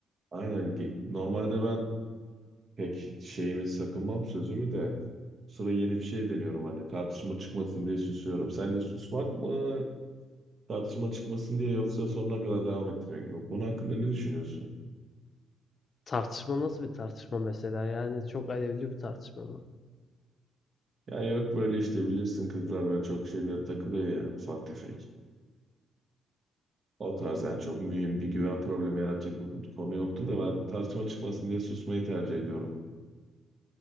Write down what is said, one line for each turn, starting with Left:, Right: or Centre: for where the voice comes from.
Right: aynen ge- normalde ben pek şeyimi sakınmam sözümü de sıra yeni bir şey deniyorum hani tartışma çıkmasın diye susuyorum. Sen de susmak mı tartışma çıkmasın diye yoksa sonuna kadar devam ettirmek mi? Bu konu hakkında ne düşünüyorsun?
Left: Tartışma nasıl bir tartışma mesela? Yani çok alevli bir tartışma mı?
Right: Ya yok böyle işte bilirsin kızlar böyle çok şeylere takılıyor ya ufak tefek. O tarz yani çok mühim bir güven problemi yaratacak bir konu yoktu da ben tartışma çıkmasın diye susmayı tercih ediyorum.